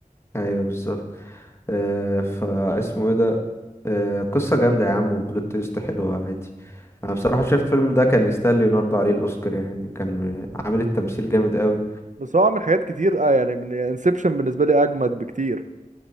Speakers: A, on the left (about 15°); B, on the right (about 60°).
A: ايوه بالظبط آه فاسمه ايه ده آه قصة جامدة يا عم وبلوت تويست حلوة عادي انا بصراحة شايف الفيلم ده كان يستاهل ليوناردو عليه الاوسكار يعني كان عامل التمثيل جامد قوي
B: بس هو عمل حاجات كتير اه يعني من انسبشن بالنسبه لي اجمد بكتير